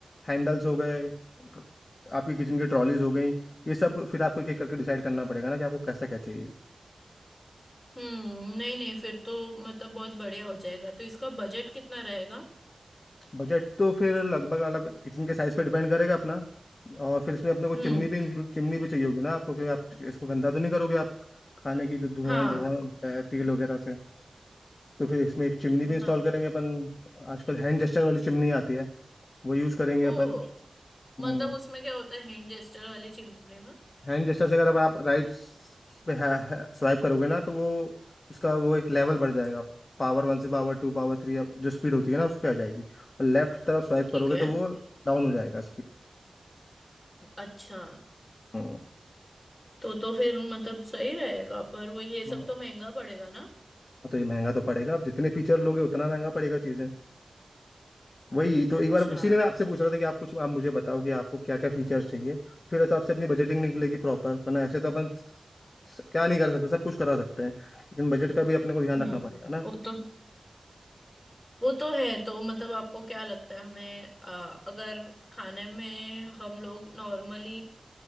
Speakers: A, on the left; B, on the left.
A: हैंडल्स हो गए आपकी किचन की ट्रॉलीज हो गई ये सब फिर आपको एक एक करके डिसाइड करना पड़ेगा ना कि आपको कैसा क्या चाहिए
B: हम्म नहीं नहीं फिर तो मतलब बहुत बढ़िया हो जाएगा तो इसका बजट कितना रहेगा
A: बजट तो फिर लगभग मतलब किचन के साइज पे डिपेंड करेगा अपना और फिर इसमें अपने को
B: हम्म
A: चिमनी भी इंक्लूड चिमनी भी चाहिए होगी ना आपको क्योंकि आप इसको गंदा तो नहीं करोगे आप खाने की जो धुआं
B: हाँ
A: धुआं होता है तेल वगैरह से तो फिर इसमें एक चिमनी
B: ना
A: भी इंस्टॉल
B: ना
A: करेंगे अपन आजकल हैंड जेस्टर वाली चिमनी आती है वो यूज़ करेंगे
B: ओहो
A: अपन
B: मतलब
A: हम्म
B: उसमें क्या होता है हैंड जेस्टर वाली चिमनी में
A: हैंड जेस्टर से अगर आप राइट पे स्वाइप करोगे ना तो वो उसका वो एक लेवल बढ़ जाएगा पावर वन से पावर टू पावर थ्री जो स्पीड होती है ना उस पर आ जाएगी और लेफ्ट तरफ स्वाइप
B: ठीक
A: करोगे
B: है
A: तो वो डाउन हो जाएगा
B: अच्छा
A: स्पीड
B: तो तो फिर मतलब सही रहेगा पर वो ये सब
A: हाँ,
B: तो महंगा पड़ेगा ना
A: तो ये महंगा तो पड़ेगा आप जितने फीचर लोगे उतना महंगा पड़ेगा चीजें वही तो
B: अच्छा
A: एक बार इसीलिए मैं आपसे पूछ रहा था कि आप कुछ आप मुझे बताओ कि आपको क्या क्या फीचर्स चाहिए फिर हिसाब से अपनी बजटिंग निकलेगी प्रॉपर वरना ऐसे तो अपन स- क्या नहीं कर सकते सब कुछ करा सकते हैं लेकिन बजट का भी अपने को ध्यान
B: हम्म
A: रखना पड़ेगा ना
B: वो तो वो तो है तो मतलब आपको क्या लगता है हमें अ, अगर खाने में हम लोग नॉर्मली